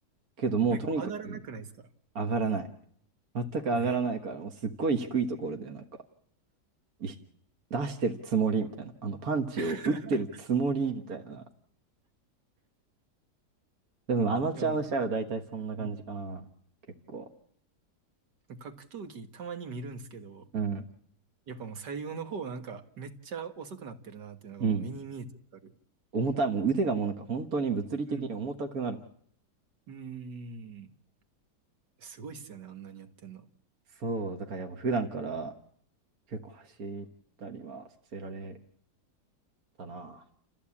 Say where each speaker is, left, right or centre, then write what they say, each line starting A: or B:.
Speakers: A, on the right; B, on the right.
A: けどもうとにかく
B: なんかもう上がらなくないですか
A: 上がらない。全く上がらないから、
B: ね。
A: もうすっごい低いところでなんか、い出してるつもりみたいな、あの、パンチを打ってるつもりみたいな、
B: <laughs>
A: でもアマチュアの試合は大体そんな感じかな。
B: でもな、うん、
A: 結構。
B: 格闘技たまに見るんですけど、
A: うん。
B: やっぱもう最後の方なんかめっちゃ遅くなってるなっていうのがもう目に見えてわかる。
A: うん。重たい。もう腕がもうなんか本当に物理的に重たくなるもん。
B: うん。うーん。すごいっすよね、あんなにやってんの。
A: そう。だからやっぱ普段から結構走ったりはさせられたな。